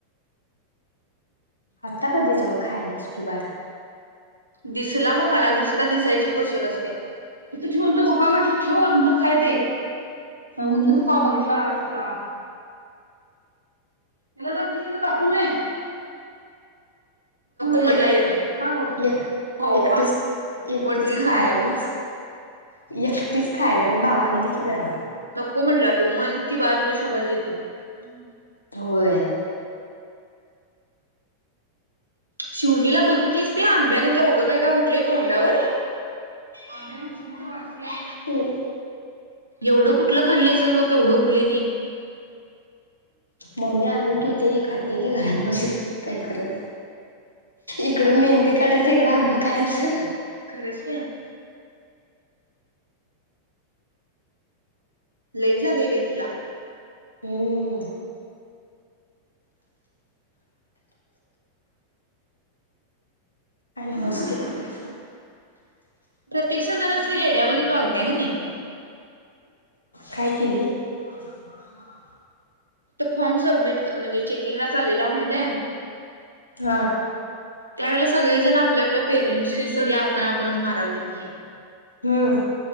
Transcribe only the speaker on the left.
आत्ता कधीचा म खायल्यास तू बाय
एक
एक
एकटीच एकटीच
खायालेस
एकटीच खायालेस भावाल दे की जरा
होय.
तेन
मम्मी आणून ठेवते ही खाते की घरात बसून काय करल. इकडं मेहंदी काढायचं इकडं आंबं खायचं.
हम्म मोस्कित
काय केली? आजार बरा झाला.
हा
हम्म